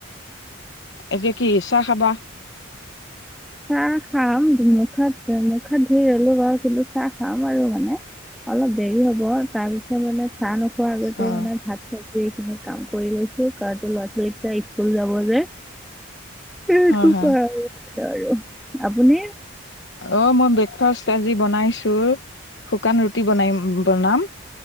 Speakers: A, on the left; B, in the centre.
A: এতিয়া কি চাহ খাবা
B: চাহ খাম মুখ হাত মুখ হাত ধুই ললো বাৰু, কিন্তু চাহ খাম আৰু মানে। অলপ দেৰি হ'ব তাৰপিছত মানে, চাহ নোখোৱা আগতে
A: হয়
B: মানে ভাত চবজি এইখিনি কাম কৰি লৈছো কাৰণ ল'ৰা ছোৱালী স্কুল যাব যে। সেইটো
A: হয় হয়
B: কাৰনে আৰু আপুনি?
A: অহ', মই ব্ৰেকফাষ্ট আজি বনাইছো শুকান ৰুটি বনাই- বনাম।